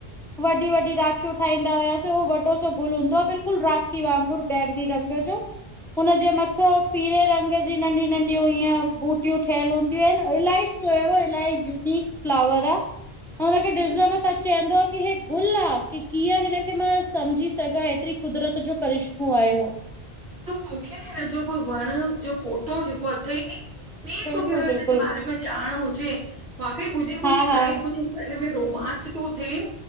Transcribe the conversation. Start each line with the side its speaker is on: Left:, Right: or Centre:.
Centre: वॾी वॾी राखयू ठाईंदा हुयास उ वॾो सो गुल हूंदो आहे बिल्कुलु राखी वांगुर बैगनी रंग <unintelligible> हुनि जे मथो पीरे रंग जी नंढियूं नंढियूं ईअं बूटियूं ठय हूंदियूं ल सुणो इल यूक फलावर आहे। हुनखे डॾिसंदो न त चवंदो की हे गुल आहे की। कीअं हिनखे मां समुझी सघां एतिरी कुदरत जो करिश्मो आहे
Right: त मूंखे न हिन जो कोई वण मुंहिंज जो फोटो जेको अथई
Centre: बिल्कुलु
Right: तोखे अगरि
Centre: बिल्कुलु
Right: हिन जे बारे में ॼाण हुजे बाक़ई ॿुधी
Centre: हा
Right: ॿुधी
Centre: हा
Right: करे हुजे। रोमांच थो थिए